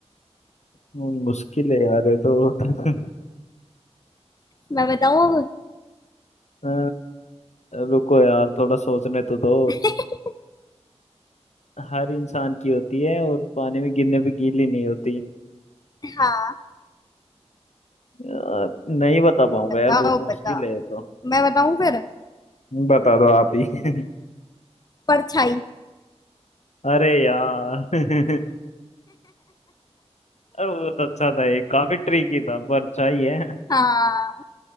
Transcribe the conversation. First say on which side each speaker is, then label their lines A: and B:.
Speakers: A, on the left; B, on the left.
A: वो मुश्किल है यार ये तो <laughs>
B: मैं बताऊँ अब?
A: अ, रुको यार थोड़ा सोचने तो दो
B: <laughs>
A: हर इंसान की होती है और पानी में गिरने पे गीली नहीं होती
B: हाँ
A: यार नहीं बता पाऊंगा
B: बताओ
A: यार बहुत मुश्किल
B: बताओ
A: है ये तो
B: मैं बताऊं फिर
A: बता दो आप ही <laughs>
B: परछाई
A: अरे यार <laughs> अरे वो तो अच्छा था ये काफी ट्रिकी था परछाई है
B: हाँ